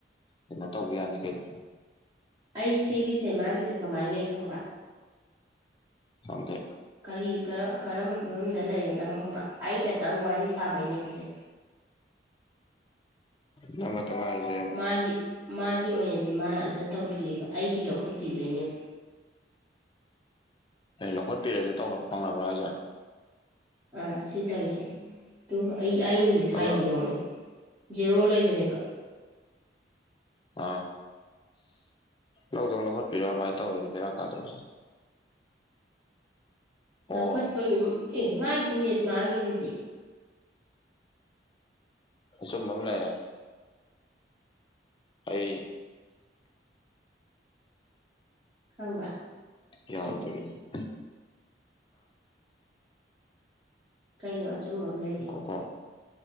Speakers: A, on the left; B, on the right.
A: ꯀꯩꯅꯣ ꯇꯧꯕ ꯌꯥꯅꯤ ꯀꯩꯅꯣ
B: ꯑꯩ ꯁꯤꯒꯤꯁꯦ ꯃꯥꯒꯤꯁꯦ ꯀꯃꯥꯏꯅ ꯂꯩ ꯈꯕ꯭ꯔꯥ
A: ꯐꯪꯗꯦ
B: ꯀꯔꯤ ꯀꯔꯝ ꯀꯔꯝꯕ ꯐꯤꯕꯝꯗ ꯂꯩꯔꯒꯅꯣ ꯍꯪꯕ꯭ꯔꯥ ꯑꯩꯒꯇꯪ ꯋꯥꯔꯤ ꯁꯥꯕꯩꯅꯦꯕꯥ ꯁꯦ
A: ꯅꯪ ꯈꯛꯇꯪ ꯍꯥꯏꯖꯦ
B: ꯃꯥꯒꯤ ꯃꯥꯒꯤ ꯑꯣꯏꯅꯗꯤ ꯃꯥꯅ ꯑꯝꯇ ꯇꯧꯗ꯭ꯔꯤꯑꯕ ꯑꯩꯒꯤ ꯂꯧꯈꯠꯄꯤꯕꯩꯅꯦꯕ
A: ꯑꯦ ꯂꯧꯈꯠꯄꯤꯔꯁꯨ ꯇꯧꯅꯥ ꯐꯪꯅꯥꯕ꯭ꯔꯥ ꯍꯥꯏꯁꯦ
B: ꯑꯥ ꯁꯤ ꯇꯧꯔꯤꯁꯦ ꯑꯩ ꯑꯩ ꯍꯧꯖꯤꯛ ꯊꯥꯏꯁꯤ
A: ꯑꯗꯣ
B: ꯌꯦꯡꯉꯨꯅꯩ ꯖꯦꯔꯣ ꯂꯩꯕꯅꯦꯕ
A: ꯑꯥ ꯂꯧꯗꯪ ꯂꯧꯈꯠꯄꯤꯔꯥ ꯑꯗꯨꯃꯥꯏ ꯇꯧꯔꯗꯤ ꯕꯦꯔꯥ ꯀꯥꯗ꯭ꯔꯣ ꯑꯣ
B: ꯂꯧꯈꯠꯄꯒꯤ ꯑꯦ ꯃꯒꯤꯁꯨ ꯅꯦꯠ ꯃꯥꯡꯉꯤꯁꯤꯗꯤ
A: ꯑꯆꯨꯝꯕ ꯑꯃ ꯂꯩꯔꯦ ꯑꯩ
B: ꯈꯪꯕ꯭ꯔꯥ
A: ꯌꯥꯎꯔꯥ <unintelligible>
B: ꯀꯩꯅꯣ ꯑꯆꯨꯝꯕ ꯑꯃ ꯂꯩꯔꯦꯕꯨ
A: ꯀꯣꯀꯣ